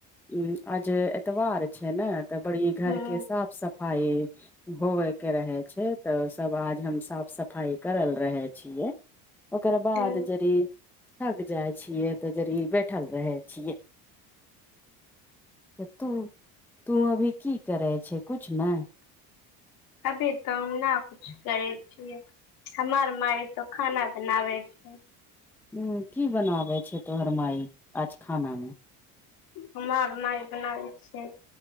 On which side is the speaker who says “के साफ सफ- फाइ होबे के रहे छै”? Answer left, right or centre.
Centre